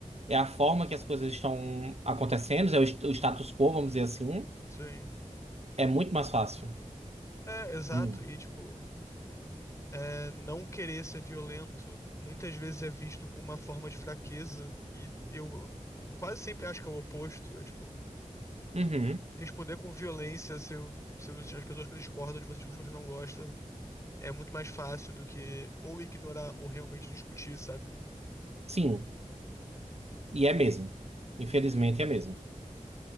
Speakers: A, on the right (about 50°); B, on the left (about 20°).
A: é a forma que as coisas estão acontecendo, é o, est- o status quo, vamos dizer assim,
B: Sim.
A: é muito mais fácil.
B: É, exato.
A: Hum.
B: E, tipo, é, não querer ser violento muitas vezes é visto como uma forma de fraqueza, e eu quase sempre acho que é o oposto. É, tipo,
A: Uhum.
B: responder com violência seu, seus, as pessoas que discordam de você, as pessoas que você não gosta. é muito mais fácil do que ou ignorar ou realmente discutir, sabe?
A: Sim, e é mesmo. Infelizmente é mesmo.